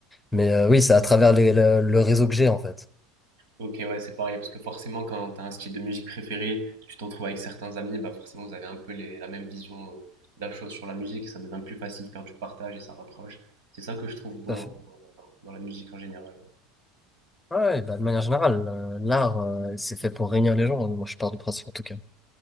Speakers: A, in the centre; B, on the right.
A: Mais euh, oui, c'est à travers les- le, le réseau que j'ai en fait.
B: Ok, ouais, c'est pareil, parce que forcément, quand tu as un style de musique préféré, tu t'en trouves avec certains amis, bah forcément, vous avez un peu les- la même vision euh, de la chose sur la musique, et ça devient plus facile de faire du partage et ça rapproche. C'est ça que je trouve beau
A: Tout à fait.
B: hein, dans, dans- dans la musique en général.
A: Ouais, ouais, bah, de manière générale, euh, l'art, euh, c'est fait pour réunir les gens. Moi, je pars du principe, en tout cas.